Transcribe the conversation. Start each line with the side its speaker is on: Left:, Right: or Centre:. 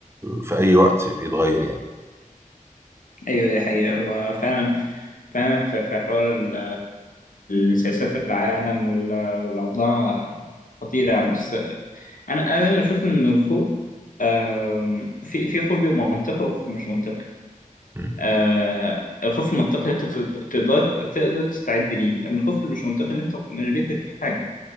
Right: في اي وقت بيتغير يعني
Left: ايوه دي حقيقة هو فعلا فعلا في في حوار ال- السياسات العالم وال- والأوضاع خطيرة يعني. بس أنا أنا بشوف إن الخوف آم، في في خوف بيبقى منطقي وخوف مش منطقي
Right: مم.
Left: آه، الخوف المنطقي اللي أنت بت- تقدر تقدر تستعد ليه أما الخوف اللي مش منطقي اللي أنت مش بيدك في حاجة